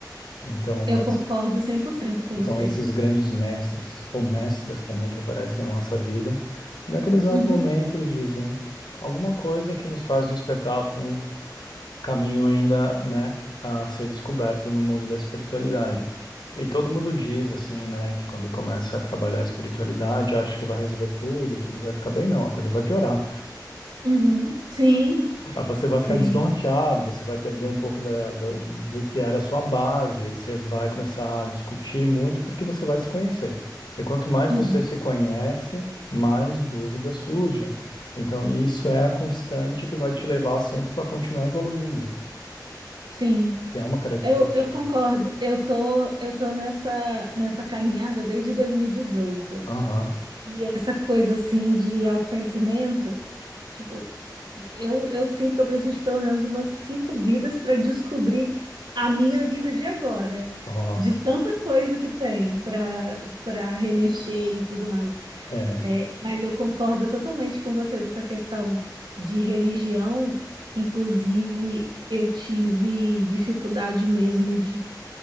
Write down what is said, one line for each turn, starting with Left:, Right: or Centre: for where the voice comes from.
Left: Então,
Right: eu
Left: né,
Right: concordo
Left: s-
Right: 100% com você.
Left: são esses grandes mestres ou mestras também que aparecem na nossa vida. E naquele exato
Right: Uhum,
Left: momento, eles dizem alguma coisa que nos faz despertar para caminho ainda, né, a ser descoberto no mundo da espiritualidade. E todo mundo diz assim, né, que quando começa a trabalhar a espiritualidade, acha que vai resolver tudo, tudo vai ficar bem, não, a coisa vai piorar.
Right: uhum. Sim,
Left: Ah, Você vai
Right: sim,
Left: ficar desnorteado, você vai perder um pouco da, da- do que era a sua base, e você vai começar a discutir muito porque você vai se conhecer. E quanto mais
Right: uhum,
Left: você se conhece, mais dúvidas surgem. Então, isso é a constante que vai te levar sempre para continuar evoluindo,
Right: sim.
Left: que é uma característica
Right: Eu, eu concordo. Eu tô, eu tô nessa, nessa caminhada desde 2018. E dezoito.
Left: Aham,
Right: E essa coisa assim de autoconhecimento, tipo, eu, eu sinto que eu preciso de pelo menos umas cinco vidas para descobrir a minha vida de agora,
Left: ó,
Right: de tanta coisa que tem para para remexer e tudo mais.
Left: é,
Right: É, mas eu concordo totalmente com você dessa questão de religião. Inclusive, eu tive dificuldade mesmo